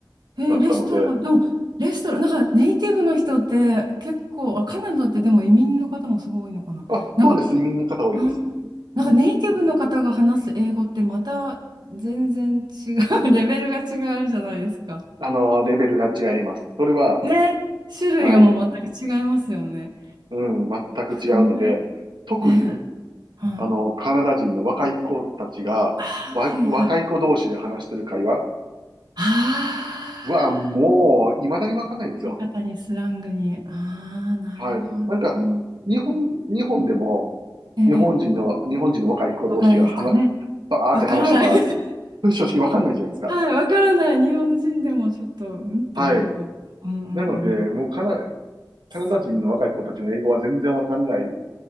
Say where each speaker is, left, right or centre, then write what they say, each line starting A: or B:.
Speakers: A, on the right; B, on the right.
A: い。
B: なったので、
A: えーレストラン、でも、レストラン、なんかネイティブの人って結構、あ、カナダってでも移民の方もすごい多いのかな。
B: あ、
A: なんか、
B: そうです、移民の方多いです。
A: あー、なんかネイティブの方が話す英語ってまた全然違う、
B: うん。
A: <laughs> レベルが違うじゃないですか。
B: あのーレベルが違います。それは、
A: ね。種類がもう全く違いますよね。
B: はい、うん、全く違うので、
A: それ、
B: 特に、
A: ね、はい。
B: あの、カナダ人の若い子たちが、
A: ああはいはい。
B: わ、若い子同士で話してる会話。
A: ああ。
B: うわ、もう、未だにわかんないですよ。
A: 言い方にスラングに。ああ、なる
B: はい。なんか、
A: ほど。
B: 日本、日本でも、
A: ええ、
B: 日本人の、日本人の若い子同士が、
A: 若い人ね。
B: はな、バーって話してた、
A: わからない。
B: こ
A: <laughs>
B: れ正直わかんないじゃないですか。
A: はい、わからない。日本人でもちょっと、うんってなること。
B: はい。
A: うんうんうん。
B: なので、もうカナ、カナダ人の若い子たちの英語は全然わかんない
A: そ